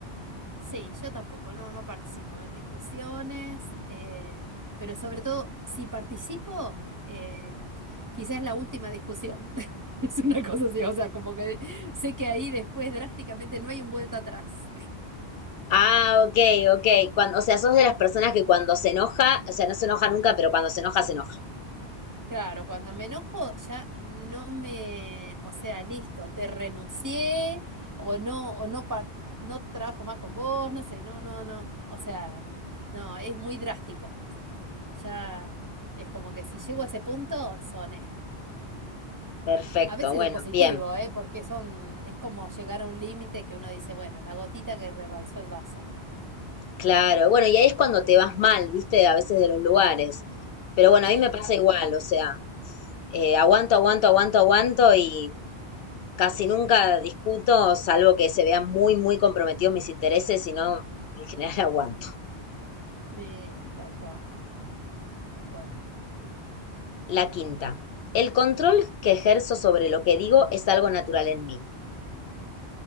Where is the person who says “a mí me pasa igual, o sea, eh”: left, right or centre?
Left